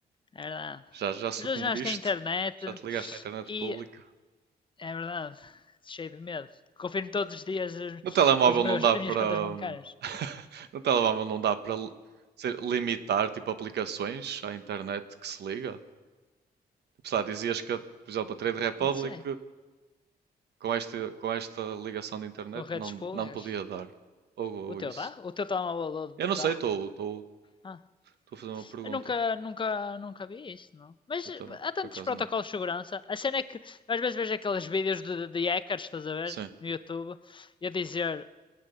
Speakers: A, on the left; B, on the right.
A: É verdade.
B: Já, já sucumbiste?
A: Mas todos os ginásios têm internet
B: Já te ligaste à internet
A: e
B: pública?
A: é verdade. Cheio de medo. Confiro todos os dias os,
B: No telemóvel
A: os meus,
B: não dá
A: as
B: para.
A: minhas contas bancárias.
B: <laughs> no telemóvel não dá para li- sei, limitar tipo aplicações à internet que se liga? sei lá, dizias que, por exemplo, a Trade Republic
A: Não sei.
B: com esta, com esta ligação de internet
A: Com redes
B: não,
A: públicas.
B: não podia dar. Ou, ou
A: O
B: isso.
A: teu dá? O teu telemóvel
B: Eu não sei,
A: dá?
B: estou estou-
A: Ah.
B: estou a fazer uma pergunta.
A: Eu nunca, nunca, nunca vi isso, não. Mas
B: Eu
A: eh,
B: também,
A: há tantos
B: por acaso
A: protocolos
B: não.
A: de segurança. A cena é que eu às vezes vejo aqueles vídeos de, de hackers, estás a ver?
B: Sim.
A: No YouTube, e a dizer